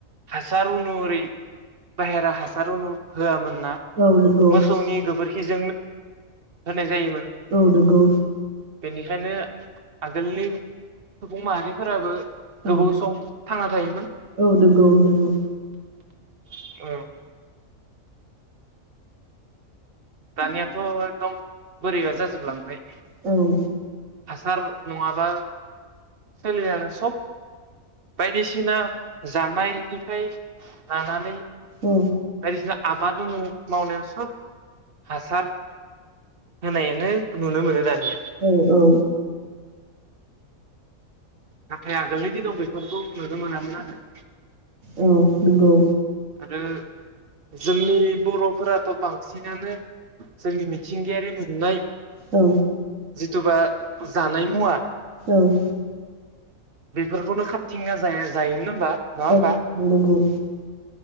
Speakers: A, on the right; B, on the right.
A: हासारुनु ओरै बाहेरा हासार उनु होआमोन।
B: औ नंगौ
A: <unintelligible> मोसौनि गोबोरखि <unintelligible> होनाय जायोमोन
B: औ नंगौ
A: बेनिखायनो आगोलनि सुबुं माहारिफोराबो गोबाव
B: औ
A: सम थांना थायो।
B: औ नोंगौ नोंगौ।
A: औ दानियाथ एकदम बोरैबा जाजोबलांबाय।
B: औ
A: हासार नङा बा सोलिलानो सब बायदिसिना जानायनिफ्राय लानानै बायदिसिना
B: औ
A: आख बादुनु मावनायाव सब हासार होनायानो नुनो मोनो दानि।
B: औ औ।
A: नाथाय आगोलनि दिनाव बेफोरखौ नुनो मोनामोन आरो।
B: औ नोंगौ।
A: आरो जोंनि बरफोराथ बांसिनानो जोंनि मिथिंगायारि मोननाय
B: औ
A: जिथुबा जानाय मुवा
B: औ।
A: बेफोरखौनो खाारथिंना जाय जायोमोन होमबा? नङा होमबा
B: औ नंगौ।